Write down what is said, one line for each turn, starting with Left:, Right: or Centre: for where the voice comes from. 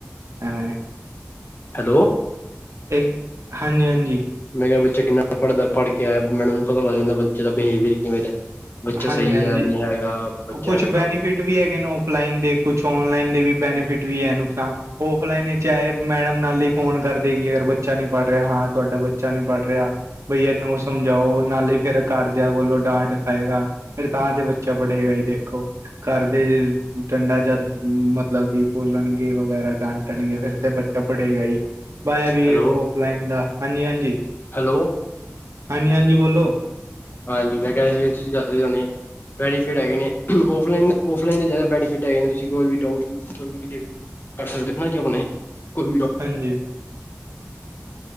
Right: ਐਵੇਂ
Left: ਹੈਲੋ।
Right: ਇੱਕ ਹਾਂਜੀ-ਹਾਂਜੀ।
Left: ਮੈਂ ਕਿਆ ਬੱਚੇ ਕਿੰਨਾ ਪੜ੍ਹਦਾ, ਪੜ੍ਹ ਕੇ ਆਇਆ, ਮੈਡਮ ਨੂੰ ਪਤਾ ਲੱਗ ਜਾਂਦਾ ਬੱਚੇ ਦਾ ਬਿਹੇਕੀਅਰ। ਬੱਚਾ
Right: ਹਾਂਜੀ
Left: ਸਹੀ
Right: ਹਾਂਜੀ
Left: ਹੈ ਨਹੀਂ ਹੈਗਾ। ਬੱਚਾ
Right: ਕੁਛ
Left: ਐਵੇਂ ਕੰਮ
Right: ਬੈਨੀਫਿਟ ਵੀ ਹੈਗੇ ਨੇ ਔਫਲਾਈਨ ਦੇ ਕੁਛ ਔਨਲਾਈਨ ਦੇ ਵੀ ਬੈਨੀਫਿਟ ਵੀ ਹੈ, ਨੁਕਸਾਨ ਔਫਲਾਈਨ ਚਾਹੇ ਮੈਡਮ ਨਾਲ ਹੀ ਫੋਨ ਕਰਦੇ ਕਿ ਅਗਰ ਬੱਚਾ ਨੀ ਪੜ੍ਹ ਰਿਹਾ ਹਾਂ ਤੁਹਾਡਾ ਬੱਚਾ ਨਹੀਂ ਪੜ੍ਹ ਰਿਹਾ। ਬਈ ਇਹਨੂੰ ਸਮਝਾਓ। ਨਾਲ ਹੀ ਫੇਰ ਕਰਦਿਆਂ ਕੋਲੋਂ ਡਾਂਟ ਖਾਏਗਾ। ਫਿਰ ਤਾਂ ਤੇ ਬੱਚਾ ਪੜੇਗਾ ਜੀ ਦੇਖੋ। ਘਰਦੇ ਜ ਡੰਡਾ ਜਦ, ਮਤਲਬ ਕਿ ਬੋਲਣਗੇ ਵਗੈਰਾ, ਡਾਂ ਕੁਟਣਗੇ, ਫੇਰ ਤੇ ਬੱਚਾ ਪੜ੍ਹੇਗਾ ਈ, ਬਾ ਏਹ ਵੀ
Left: ਹੈਲੋ
Right: ਏ ਔਫਲਾਈਨ ਦਾ, ਹਾਂਜੀ-ਹਾਂਜੀ।
Left: ਹੈਲੋ।
Right: ਹਾਂਜੀ-ਹਾਂਜੀ ਬੋਲੋ।
Left: ਹਾਂਜੀ ਮੈਂ ਕੇਹ ਰੇਆ ਸੀ, ਫਿਰ ਤੁਸੀਂ ਦੱਸਦੇ ਹੋਣੇ। ਬੈਨੀਫਿਟ ਹੈਗੇ ਨੇ, ਔਫਲਾਈਨ-ਔਫਲਾਈਨ ਜੇ ਜਾਦਾ ਬੈਨੀਫਿਟ ਹੈਗੇ ਨੇ, ਤੁਸੀਂ ਕੋਈ ਵੀ ਡਾਊਟ, ਕੋਈ ਵੀ ਕਲੀਅਰ ਕਰ ਸਕਦੇ ਔ ਨਾ ਜੇ ਹੁਣੇ, ਕੋਈ ਵੀ ਡਾ
Right: ਹਾਂਜੀ।